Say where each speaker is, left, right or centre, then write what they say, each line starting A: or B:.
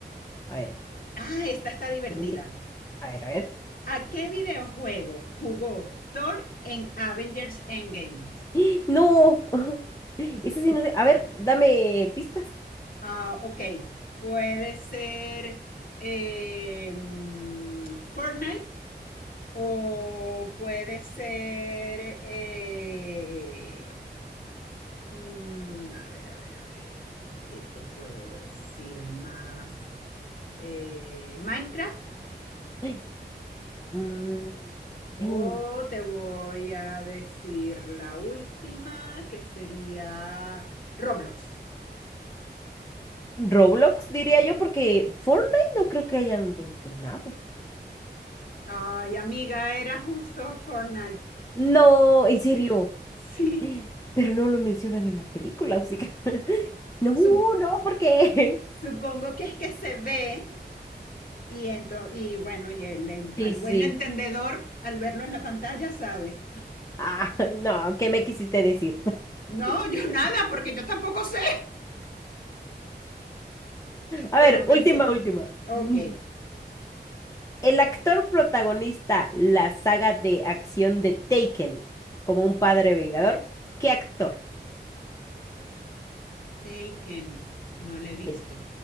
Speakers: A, on the left; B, on the left.
A: A ver,
B: Ah, esta está divertida.
A: siguiente. A ver, a ver.
B: ¿A qué videojuego jugó Thor en Avengers Endgame?
A: <gasps> No. <laughs> Eso sí, no sé. A ver, dame pistas.
B: Ah, ok. Puede ser eh, mm, Fortnite. O puede ser. eh, mm, a ver, a ver, a ver. ¿Qué te puedo decir más? Eh, Minecraft.
A: <gasps> Mm,
B: O
A: en
B: te voy a decir la última, que sería Roblox.
A: Roblox, diría yo, porque Fortnite no creo que hayan mencionado.
B: Ay, amiga, era justo Fortnite.
A: No,
B: <laughs>
A: en
B: Sí,
A: serio.
B: sí.
A: <gasps> Pero no lo mencionan en la película, así que- <laughs> No,
B: Sup-
A: no, ¿por qué?
B: supongo que es que se ve Y, ento- y bueno, y el,
A: <laughs>
B: en-
A: Sí,
B: al
A: sí,
B: buen
A: sí.
B: entendedor, al verlo en la pantalla, sabe.
A: Ah, <laughs> no, ¿qué me quisiste decir? <laughs>
B: No, yo nada, porque yo tampoco sé.
A: A
B: Pero
A: ver,
B: pensé
A: última,
B: que...
A: última.
B: Ok.
A: Mm. El actor protagonista la saga de acción de Taken, como un padre vengador, ¿qué actor?
B: Taken. No la he visto.
A: Taken.